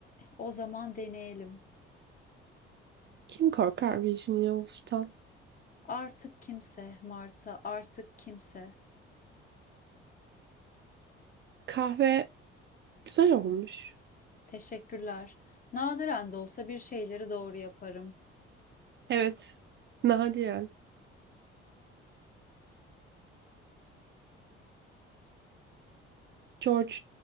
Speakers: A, on the left; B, on the right.
A: O zaman deneyelim.
B: Kim korkar Virginia Woolf'tan?
A: Artık kimse Marta, artık kimse.
B: Kahve güzel olmuş.
A: Teşekkürler. Nadiren de olsa bir şeyleri doğru yaparım.
B: Evet, nadiren. George,